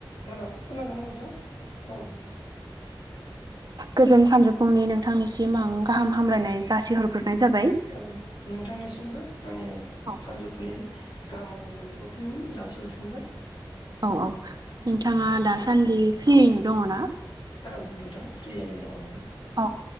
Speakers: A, on the left (about 80°); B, on the right (about 55°).
A: हेलौ खोनादोंना नोंथां औ
B: गोजोन सानजौफुंनि नोंथांनिसिम आं गाहाम हामलायनाय जासिहरग्रोनाय जाबाय
A: औ नोंथांनिसिमबो आंनि
B: औ
A: सानजौफुनि गाहाम हालायनायखौ फिउ जासिहरफिनबाय।
B: औ औ नोंथाङा दासान्दि फ्रियैनो दङ ना
A: औ नोंथां फ्रियैनो दङ है
B: औ